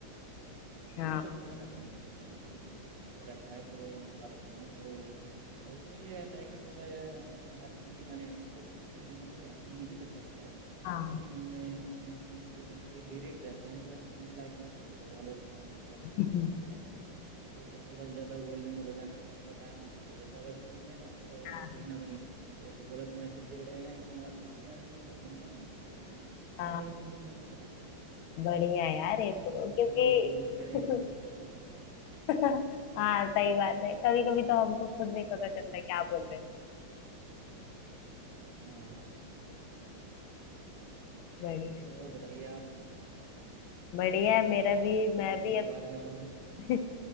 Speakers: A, on the left (about 80°); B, on the right (about 60°).
A: हाँ
B: मैं तो सुनता रहता हूँ इंग्लिश गाने ना जब भी कभी कुछ ऐसा रहता है तो मैं चला लेता हूँ तो अ, उसमें ये रहता है कि जैसे अ, हमारे हिंदी गाने हैं तो कुछ कुछ गानों का क्या है ना म्यूजिक अच्छा रहता है
A: हाँ
B: लेकिन उनमें कहीं ना कहीं जो उनके लिरिक्स रहते हैं वो ऐसे सुनने लायक नहीं रहते तो घर वालों के सामने थोड़ा फैमिली
A: <laughs>
B: के साथ में रहने में तो थोड़ा ज्यादा वॉल्यूम में बजाने में मन कर रहा है म्यूजिक को ज्यादा आवाज में सुनने का और
A: हाँ
B: वो कहीं ना कहीं एक गलत मैसेज दे रहे हैं समाज को तो मैं फिर उनको सुनता नहीं हूँ ऐसे गाने को ना
A: हाँ
B: फिर मैं इंग्लिश गाने ही चला देता हूँ
A: बढ़िया है यार ये तो
B: कहीं ना
A: क्योंकि
B: कहीं वो जो भी कुछ कह
A: <laughs>
B: रहे हैं किसी को पता तो चलता ही नहीं
A: <laughs> हाँ सही बात है कभी कभी तो हमको खुद नहीं पता चलता क्या बोल रहे हैं
B: हाँ तो ये है बस
A: बढ़िया
B: चलिए और बताइए आप
A: बढ़िया है मेरा भी
B: म्यूजिक
A: मैं भी
B: के
A: अब
B: बारे में और
A: <laughs>